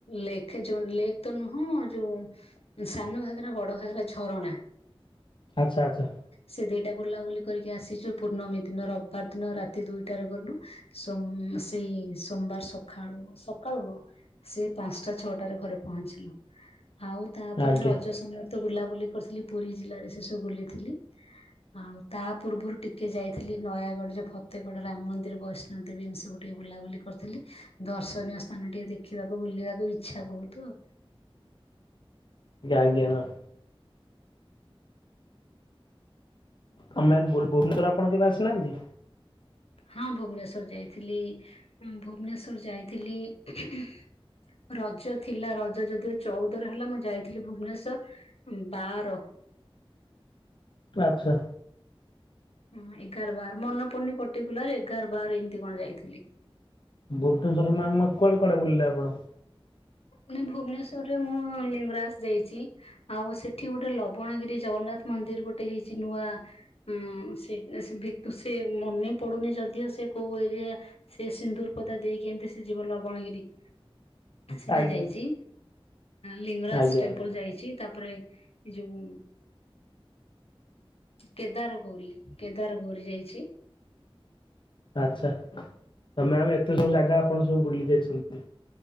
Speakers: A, on the left; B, on the left.
A: ଲେକ୍ ଯୋଉ ଲେକ୍ ତ ନୁହଁ ଯୋଉ ସାନ ଘାଗରା ବଡ଼ ଘାଗରା ଝରଣା।
B: ଆଚ୍ଛା ଆଚ୍ଛା।
A: ସେ ଦିଟା ବୁଲାବୁଲି କରିକି ଆସିଚୁ ପୂର୍ଣମୀ ଦିନ ରବିବାର ଦିନ ରାତି ଦୁଇଟାରେ ଗଲୁ। ସୋମ୍ ସେଇ ସୋମବାର ସଖାଳୁ ସକାଳୁ ନୁହଁ। ସେ ପାଞ୍ଚଟା ଛଅଟାରେ ଘରେ ପହଞ୍ଚିଲୁ ଆଉ ତାପରେ
B: ଆଜ୍ଞା ଆଜ୍ଞା
A: ରଜ ସମୟ। ତ ବୁଲାବୁଲି କରିଥିଲି ପୁରୀ ଜିଲ୍ଲାରେ ସେ ସବୁ ବୁଲିଥିଲି। ଆଉ ତା ପୂର୍ବରୁ ଟିକେ ଯାଇଥିଲି ନୟାଗଡ ଯୋଉ ଫତେଗଡ ରାମ ମନ୍ଦି ତିରେ ବୈଷ୍ଣୋ ଦେବୀ ଏମି ସବୁ ଟିକେ ବୁଲାବୁଲି କରିଥିଲି ଦର୍ଶନୀୟ ସ୍ଥାନ ଟିକେ ଦେଖିବାକୁ ବୁଲିବାକୁ ଇ ଚ୍ଛା ବହୁତ ଆଉ।
B: ଟିକେ ଆଜ୍ଞା ମ୍ୟାମ। ତମେ ଭୁବ ଭୁବନେଶ୍ୱର ଆପଣ କେବେ ଆସିନାହାନ୍ତି?
A: ହଁ ଭୁବନେଶ୍ବର ଯାଇଥିଲି ଭୁବନେଶ୍ଵର ଯାଇଥିଲି ଉହୁଁ ରଜ ଥିଲା ରଜ ଯଦିଓ ଚଉଦରେ ହେଲା ମୁଁ ଯାଇଥିଲି ଭୁବନେଶ୍ଵର ବାର
B: ଆଛା।
A: ହୁଁ ଏଗାର ବାର ପନେ ପଡୁନି ପର୍ଟିକୁଲାର ଏଗାର ବାର ଏମିତି କଣ ଯାଇଥିଲି।
B: ଭୁବନେଶ୍ୱର ମ୍ୟାାମ କୁଆଡେ କୁଆଡେ ବୁଲିଲେ ଆପଣ?
A: ମାନେ ଭୁବନେଶ୍ୱରରେ ମୁଁ ଲିଙ୍ଗରାଜ ଯାଇଚି। ଆଉ ସେଠି ଗୋଟେ ଲବଣଗିରି ଜଗନ୍ନାଥ ମନ୍ଦିର ଗୋଟେ ହେଇଛି ନୂଆ ହୁଁ ସେ ଭିତୁ ସେ ମନେ ପଡୁନି ଯଦିଓ ସେ କୋଉ ଏରିଆ ସେ ସିନ୍ଦୁର ପଦା ଦେଇକି ଏମିତି ସେ ଯିବ ଲବଣଗିରି। ସେଟା
B: ଆଜ୍ଞା
A: ଯାଇଚି ଲିଙ୍ଗରାଜ
B: ଆଜ୍ଞା
A: ଟେମ୍ପଲ
B: ଆଜ୍ଞା
A: ଯାଇଚି ତାପରେ ଏ ଯୋଉ କେଦାର ଗୌରୀ କେଦାର ଗୌରୀ ଯାଇଛି।
B: ଆଛା ତ ମ୍ୟାମ ଏତେ ସବୁ ଜାଗା ଆପଣ ସବୁ ବୁଲି ଯାଇଛନ୍ତି?